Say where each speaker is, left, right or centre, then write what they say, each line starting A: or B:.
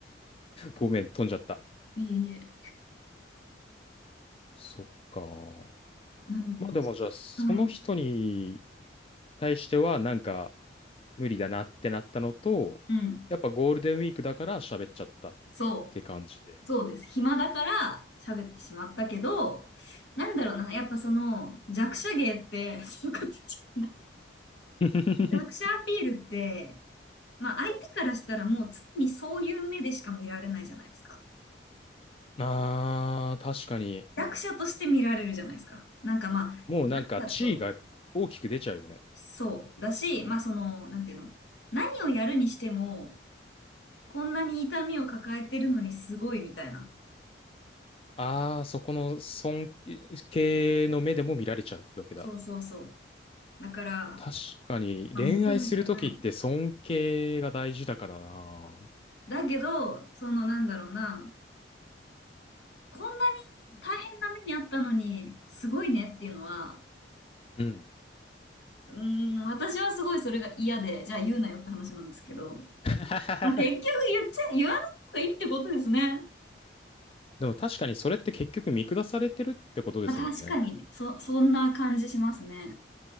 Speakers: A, on the left; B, on the left.
A: ごめん、飛んじゃった。
B: いえいえ。
A: そっか。
B: なので、
A: まあでもじゃあ、その人に
B: はい。
A: 対してはなんか無理だなってなったのと、
B: うん。
A: やっぱゴールデンウィークだから喋っちゃったっ
B: そう。
A: て感じで。
B: そうです。暇だから喋ってしまったけど、なんだろうな。やっぱその弱者芸って、そういうこと言っちゃっ
A: <laughs>
B: た弱者アピールって、まあ、相手からしたらもう常にそういう目でしか見られないじゃないですか。
A: あー、確かに。
B: 弱者として見られるじゃないですか。なんかまあ、
A: もうなんか地位が大きく出ちゃうよね。
B: 弱者と、そう。だし、まあその、なんていうの。何をやるにしても、こんなに痛みを抱えてるのにすごいみたいな。
A: あー、そこの尊敬の目でも見られちゃうってわけだ。
B: そうそうそう。だから、
A: 確かに、
B: まあ、
A: 恋愛するときって尊敬が大事だからな。
B: 求めてない。だけど、そのなんだろうな、こんなに大変な目にあったのに、すごいねっていうのは、
A: うん。
B: うーん、私はすごいそれが嫌で、じゃあ言うなよって話なんですけど、
A: <laughs>
B: まあ、結局言っちゃ、言わない方がいいってことですね。
A: でも確かにそれって結局見下されてるってことですもんね。
B: まあ、確かにね、そ、そんな感じしますね。